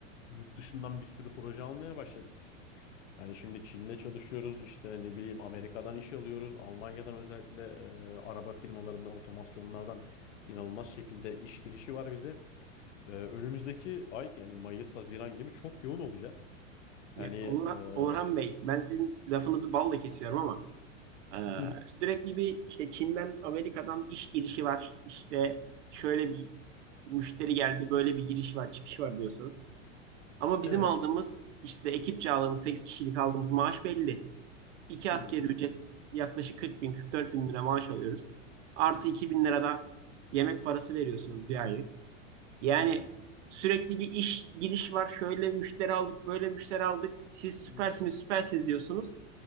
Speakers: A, on the left (about 70°); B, on the right (about 65°).
A: yurt dışından bir sürü proje almaya başladık biz. Yani şimdi Çin'le çalışıyoruz, işte ne bileyim Amerika'dan iş alıyoruz, Almanya'dan özellikle e, araba firmalarından, otomasyonlardan inanılmaz şekilde iş girişi var bize. E, önümüzdeki ay yani Mayıs, Haziran gibi çok yoğun olacağız.
B: Ya,
A: Yani
B: Onur,
A: e,
B: Onurhan Bey ben sizin lafınızı balla kesiyorum ama Ee,
A: <laughs>
B: sürekli bir işte Çin'den Amerika'dan iş girişi var. İşte şöyle bir müşteri geldi, böyle bir giriş var, çıkış var diyorsunuz. Ama
A: e,
B: bizim aldığımız işte ekipçe aldığımız 8 kişilik aldığımız maaş belli. İki
A: hmm,
B: asgari ücret yaklaşık 40 bin, 44 bin lira maaş alıyoruz. Artı 2 bin lira da yemek parası veriyorsunuz bir aylık. Yani
A: hmm,
B: sürekli bir iş giriş var. Şöyle müşteri aldık, böyle müşteri aldık. Siz süpersiniz,
A: hmm,
B: süpersiniz diyorsunuz.